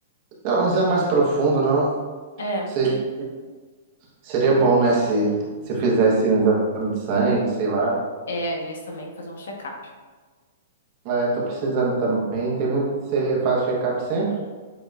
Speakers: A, on the right; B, on the left.
A: sei lá, um exame mais profundo, não?
B: É.
A: Se- Seria bom, né, se, se fizesse um exame de sangue, sei lá.
B: É, às vezes também fazer um check-up.
A: É, tô precisando também, tem muito, você faz check-up sempre?